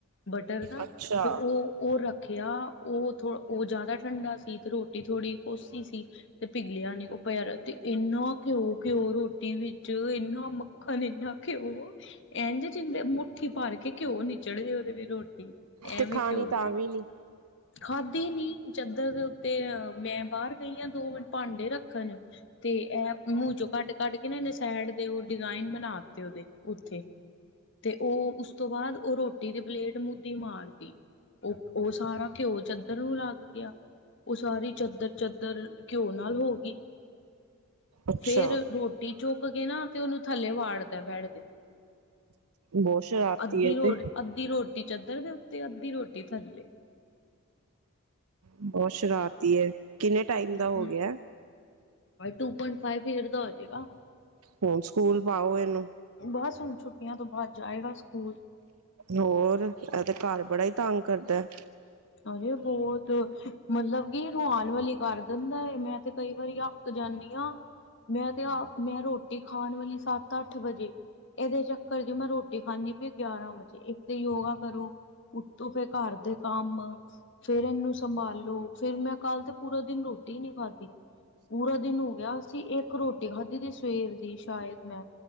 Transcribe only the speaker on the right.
ਅੱਛਾ
ਤੇ
ਖਾਣੀ
ਤਾਂ
ਵੀ ਨੀ
ਅੱਛਾ
ਬਹੁਤ ਸ਼ਰਾਰਤੀ
ਏ
ਤੇ
ਬਹੁਰ ਸ਼ਰਾਰਤੀ ਹੈ ਕਿੰਨੇ ਟਾਈਮ
ਦਾ ਹੋ ਗਿਆ
ਹੁਣ ਸਕੂਲ ਪਾਓ ਇਹਨੂੰ
ਹੋਰ ਇਹ ਤੇ ਘਰ ਬੜਾ ਹੀ ਤੰਗ ਕਰਦਾ